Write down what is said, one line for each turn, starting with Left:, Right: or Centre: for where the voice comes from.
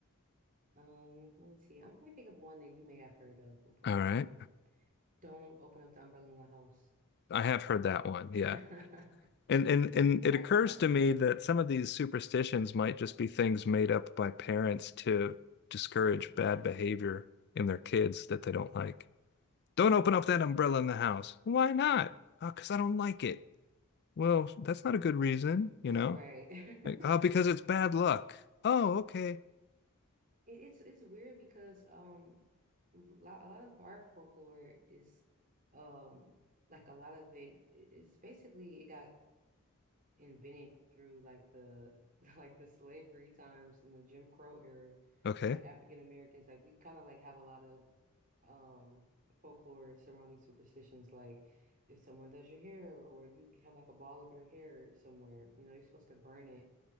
Right: Um, let me see. I'm gonna think of one that you may have heard of before.
Left: All right.
Right: Um, don't open up the umbrella in the house.
Left: I have heard that one. Yeah.
Right: <laughs>
Left: And and and
Right: That's
Left: it occurs
Right: bad
Left: to
Right: luck.
Left: me that some of these superstitions might just be things made up by parents to discourage bad behavior in their kids that they don't like. Don't open up that umbrella in the house. Why not? Oh, because I don't like it. Well, that's not a good reason, you
Right: Oh,
Left: know?
Right: right. <laughs>
Left: Like, oh, because it's bad luck. Oh, okay.
Right: It, it's it's weird because um lo a lot of our folklore is um like a lot of it it- it's basically it got invented through like the <laughs> like the slavery times and the Jim Crow era
Left: Okay.
Right: from like African Americans like we kind of like have a lot of um folklore surrounding superstitions like if someone does your hair or you have like a ball of your hair somewhere you know you're supposed to burn it